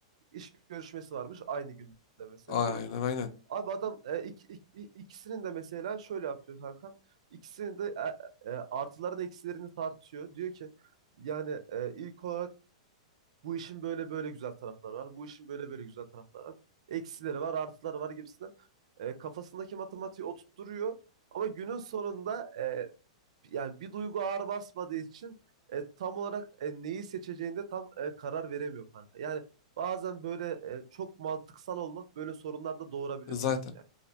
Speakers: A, on the right (about 70°); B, on the left (about 55°).
A: iş görüşmesi varmış aynı günde mesela.
B: Aynen
A: Şöyle bir durum.
B: aynen.
A: Abi adam e, ik- ik- ikisinin de mesela şöyle yapıyor kanka. İkisinin de e, e, artılarını eksilerini tartıyor. Diyor ki yani e, ilk olarak bu işin böyle böyle güzel tarafları var. Bu işin böyle böyle güzel tarafları var. Eksileri var, artıları var gibisinden. E, kafasındaki matematiği oturtturuyor. Ama günün sonunda e, yani bir duygu ağır basmadığı için e, tam olarak e, neyi seçeceğinde tam e, karar veremiyor kanka. Yani bazen böyle e, çok mantıksal olmak böyle sorunlar da doğurabiliyor
B: Zaten.
A: tabii ki yani.